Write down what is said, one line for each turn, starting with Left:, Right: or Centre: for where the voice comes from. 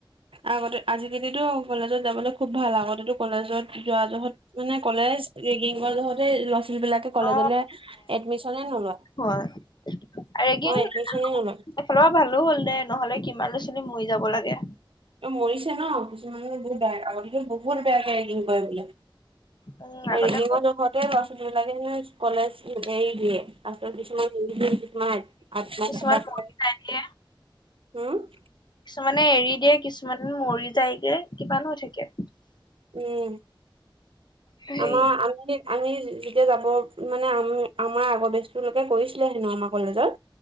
Right: আগতে আজিকালিতো কলেজত যাবলৈ খুব ভাল আগতেটো কলেজত যোৱা জহত মানে কলেজ ৰেগিং জহতে লৱা ছোৱালী সেইবিলাকে কলেজলে
Left: অ
Right: এডমিশনে নলয়
Left: হয় ৰেগিং
Right: অ এডমিশনে
Left: এফালৰ
Right: নলয়
Left: পৰা ভালো হ'ল দে নহলে কিমান লৰা ছোৱালী মৰি যাব লাগে
Right: মৰিছে ন কিছুমানে বহুত বে আগতকে বহুত বেয়াকে ৰেগিং কৰে বোলে।
Left: উম আগতে
Right: ৰেডিঙ নখতে ল'ৰা ছোৱালী বিলাকে কলেজ এৰি দিয়ে। ত কিছুমান কিছুমান আত্মহত্যা
Left: কিছুমান মৰি
Right: কৰে
Left: যায় যে।
Right: হোম
Left: মানে এৰি দিয়ে কিছুমান মৰি যায়গে কিবা হৈ থাকে।
Right: উম
Left: সেই
Right: আমাৰ আমি আমি যেতিয়া যাব মানে আম আমাৰ আগৰ বেছটোলৈকে কৰিছিলে হেনো আমাৰ কলেজত।